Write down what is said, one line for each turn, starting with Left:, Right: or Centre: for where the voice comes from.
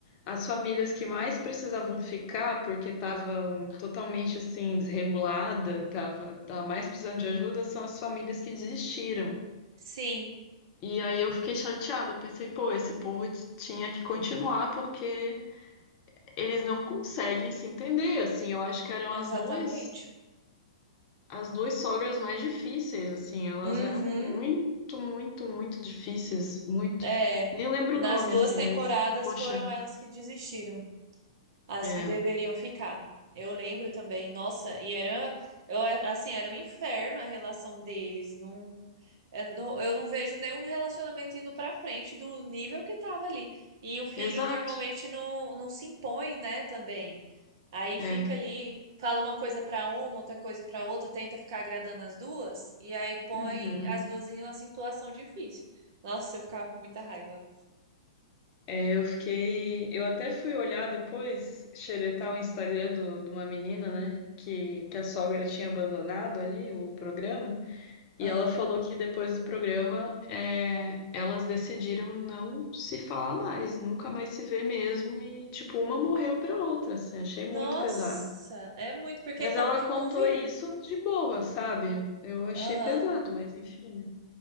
Left: as famílias que mais precisavam ficar, porque estavam totalmente assim, desregulada, tava, tava mais precisando de ajuda, são as famílias que desistiram.
Right: Sim,
Left: E aí eu fiquei chateada, eu pensei, pô, esse povo t- tinha que continuar porque eles não conseguem se entender, assim, eu acho que eram
Right: exatamente.
Left: as duas as duas sogras mais difíceis, assim, elas
Right: Uhum.
Left: eram muito, muito, muito difíceis, muito.
Right: É.
Left: Nem lembro
Right: Nas
Left: o nome,
Right: duas
Left: assim,
Right: temporadas
Left: mas, poxa,
Right: foram elas que desistiram. as
Left: é,
Right: que deveriam ficar. Eu lembro também, nossa, e era, eu, assim, era um inferno a relação deles. Não, é, não- eu não vejo nenhum relacionamento indo pra frente do nível que tava ali. E o filho
Left: exato,
Right: normalmente não, não se impõe, né, também. Aí
Left: é.
Right: fica ali, fala uma coisa pra uma, outra coisa pra outra, tenta ficar agradando as duas, e aí põe
Left: Uhum.
Right: as duas em uma situação difícil. Nossa, eu ficava com muita raiva.
Left: É, eu fiquei, eu até fui olhar depois, xeretar o Instagram do, de uma menina, né, que, que a sogra tinha abandonado ali o programa, E
Right: Ah.
Left: ela falou que depois do programa, é, elas decidiram não se falar mais, nunca mais se ver mesmo. E, tipo, uma morreu pra outra, assim, achei
Right: Nossa,
Left: muito pesado.
Right: é muito, porque
Left: Mas
Right: é como
Left: ela
Right: que
Left: contou
Right: convive?
Left: isso de boa, sabe? Eu achei
Right: Aham.
Left: pesado, mas enfim, né?